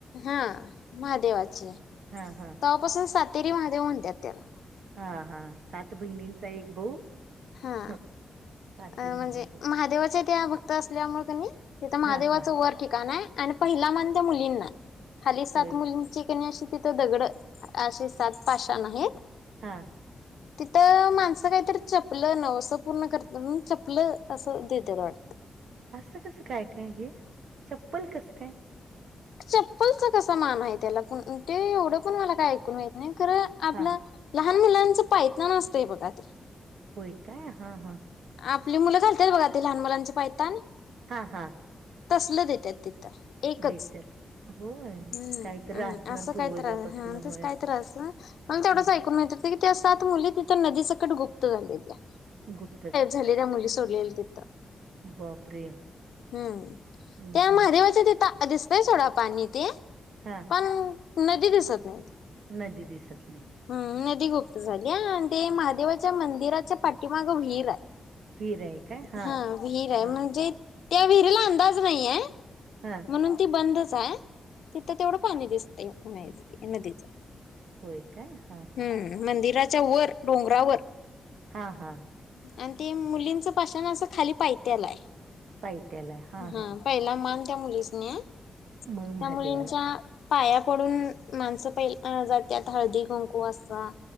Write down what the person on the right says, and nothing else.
हा हा.
हा हा सात बहिणींचा एक भाऊ
हं. सातेरी
महादेव.
हां, हां.
होय.
हां.
असं कसं काय काय हे, चप्पल कसं काय.
हां.
होय काय हा हा.
हा हा.
देत्यात. होय.
काहीतरी
असणार
पूर्वजापासनं
होय.
हं.
गुप्तच.
बापरे!
हं,
हं.
हा.
नदी दिसत नाही.
पीर आहे. काय? हां,
हां,
हा.
होय काय हा हा.
हा हा.
पायथ्याला आहे. हां,
हां.
मग महादेवाला.